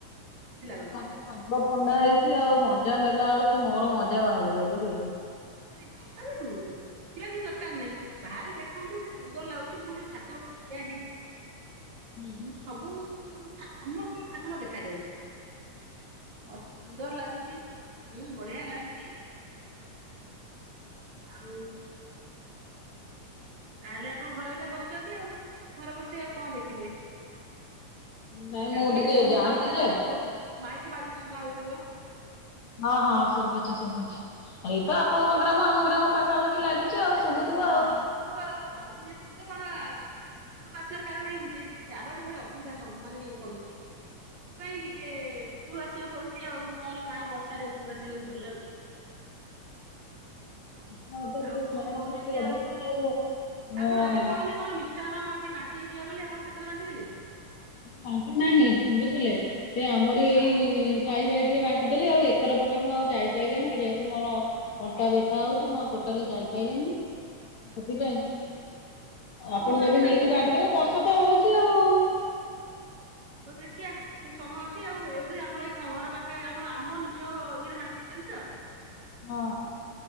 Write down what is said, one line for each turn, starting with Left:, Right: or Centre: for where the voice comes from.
Right: ବହୁତ ଖୁସି
Left: ନାଇଁ
Right: ଲାଗନ୍ତା
Left: ମତେ ପ୍ରବଳ ଥଣ୍ଡା ହେଇଚି ଆଉ ମଜା ନେଲା ବେଳକୁ ମୋର ମଜା ବାହାରିଯିବ <unintelligible>
Right: ନାଇଁ-ନାଇଁ ବର୍ଷା <unintelligible> <unintelligible> କିଛି ଦରକାର ନାହିଁ, ବାହାରେ ଦେଖନ୍ତୁ <unintelligible> ସୁନ୍ଦର୍ ଲାଗୁଚି ମୁଁ ଯୋଉ ଛାତ ଉପରେ ଠିଆ ହେଇଚି।
Left: ହୁଁ।
Right: ଆଉ ମୁଁ ସବୁ ଛା ସମସ୍ତଙ୍କ ଛାତ ମତେ ଦେଖା ଯାଉଚି। ଅତି ସୁନ୍ଦର ଲାଗୁଚି, ହୁଁ ବଢିଆ ଲାଗୁଚି। ଆଉ ତାହେଲେ ଆପଣ ଘର ଭିତରେ ବସ୍ଚନ୍ତି ଆଉ, ଘର ବସେଇ ଆଉ କଣ ଦେଖିବେ।
Left: ନାଇଁ ମୁଁ
Right: ଆମର
Left: ଟିକେ
Right: ଏଠି ଶନିଙ୍କ
Left: ଯାଆନ୍ତି
Right: ମେଳା
Left: ଯେ
Right: ହଉଚି, ବ ମାଇକି ବାଜୁଚି ଶୁଭା ହଉଥିବ।
Left: ହଁ-ହଁ ଶୁବୁଚି-ଶୁବୁଚି, ଏଇତ
Right: ଆଉ
Left: ଆପଣଙ୍କ
Right: କଣ
Left: ଗ୍ରାମ ଆମ ଗ୍ରାମ ପାଖାପାଖି ଲାଗି ଚି
Right: ହଁ
Left: ଆଉ ଶୁଭୁଥିବ ଆଉ।
Right: <inaudible> ଉପୁରୁକୁ ଆସିବାର କାରଣ ଏହିକି ଯେ, <unintelligible> ଭାରି ଅସୁବିଧା ମାନେ କରୁଚି। ସେଥିପାଇଁ ଟିକେ ଉପରକୁ ଆସିବାକୁ ପଡୁଚି ଆଉ, ନହେଲେ କାଇଁ ବର୍ଷାରେ ଉପରକୁ ଆସିବାକୁ ଭଲ ଲାଗୁଛି।
Left: ମୋର ତ
Right: ଆଉ
Left: ଟିକେ
Right: କଣ
Left: ସ୍ମରଣ
Right: କହୁଛନ୍ତି
Left: ଶକ୍ତି ଅଧିକ ଆଉ ଅଁ
Right: ଆପଣ <unintelligible> ମିଷ୍ଟାନ ଏଠି ବାଣ୍ଟିିବାକୁ ଯିବା ବୋଲି ଆପଣ କେତବଳେ ବାଣ୍ଟି ଦେଲେ କି?
Left: ବାଣ୍ଟି ନାହିଁ ବୁଝିଲେ, ସେ ଆମରି ଏଇ
Right: ଆଉ
Left: ସାଇ ଭାଇ ଟିକେ ବାଣ୍ଟି ଦେଲି, ଆଉ ଏକର ପଟେ ମୁଁ ଆଉ ଯାଇପାଇଲିନି ଯେହେତୁ ମୋର ଅଣ୍ଟା ବ୍ୟଥା ହଉଚି ମୁଁ ଆଉ ଟୋଟାଲି ଯାଇପାଇଲିିନି, ସେଥିପାଇଁ
Right: କଣ
Left: ଆପଣ
Right: କୁହାଯାଏ
Left: ଯଦି ନେଇକି
Right: ରାତ୍ରିରେ
Left: ବାଣ୍ଟିଦବେ,
Right: ହଉ
Left: ବର୍ଷା ତ ହଉଚି ଆଉ।
Right: ହଉ ଦେଖିିଆ। ସେ ସମୟ ଅଛି ଆଉ ଏଇଠି ଆମ ଏ ଘର ପଖାପାଖି ଆମ-ଆମ ନିଜ ଇଏରେ ବାଣ୍ଟି ଦେଇଚନ୍ତି ତ?
Left: ହଁ।